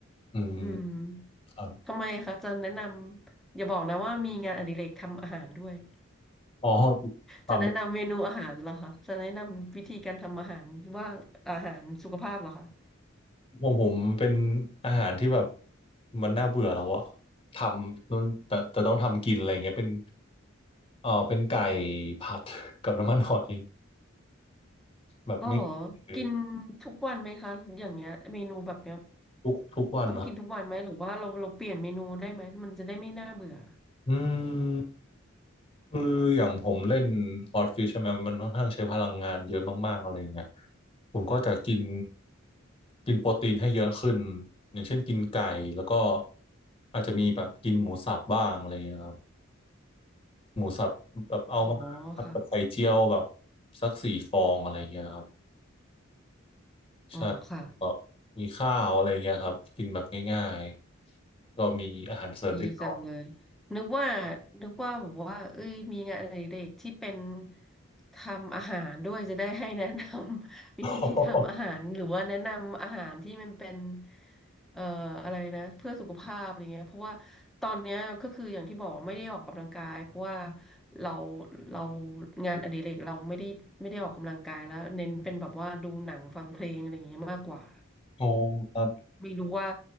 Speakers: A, on the left (about 25°); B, in the centre.
A: อืม
B: อืม
A: ครับ
B: ทำไมคะจะแนะนำอย่าบอกนะว่ามีงานอดิเรกทำอาหารด้วย
A: อ๋อความ
B: จะแนะนำเมนูอาหารเหรอคะจะแนะนำวิธีการทำอาหารว่าอาหารสุขภาพเหรอคะ
A: ของผมเป็นอาหารที่แบบมันน่าเบื่อแล้วอะทำนู่นแต่แต่ต้องทำกินอะไรเงี้ยเป็นเออเป็นไก่ผัด <laughs> กับน้ำมันหอยแบบนี้คือ
B: อ๋อเหรอ กินทุกวันไหมคะ อย่างเงี้ยเมนูแบบเนี้ย
A: ทุกทุกวันนะ
B: ต้องกินทุกวันไหม หรือว่าเราเราเปลี่ยนเมนูได้ไหม มันจะได้ไม่น่าเบื่อ
A: อืม คืออย่างผมเล่นฮอตฟิชใช่ไหมมันค่อนข้างใช้พลังงานเยอะมากๆอะไรเงี้ยผมก็จะกินกินโปรตีนให้เยอะขึ้นอย่างเช่นกินไก่แล้วก็อาจจะมีแบบกินหมูสับบ้างอะไรเงี้ยครับหมูสับแบบเอามาผัดกับไข่เจียวแบบ
B: อ๋อค่ะ
A: สักสี่ฟองอะไรเงี้ยครับ
B: อ๋อค่ะ
A: ใช่แล้วก็มีข้าวอะไรเงี้ยครับกินแบบง่ายๆก็มีอาหารเสริมนิดหน่อย
B: ดีจังเลยนึกว่านึกว่าแบบว่าเอ้ยมีงานอดิเรกที่เป็นทำอาหารด้วยจะได้ให้แนะนำ <laughs> วิธีทำอาหารหรือว่าแนะนำอาหารที่มันเป็น
A: <laughs>
B: เอ่ออะไรนะเพื่อสุขภาพอะไรเงี้ยเพราะว่าตอนเนี้ยก็คืออย่างที่บอกไม่ได้ออกกำลังกายเพราะว่าเราเรางานอดิเรกเราไม่ได้ไม่ได้ออกกำลังกายแล้วเน้นเป็นแบบว่าดูหนังฟังเพลงอะไรเงี้ยมากกว่า
A: โอ้ครับ
B: ไม่รู้ว่า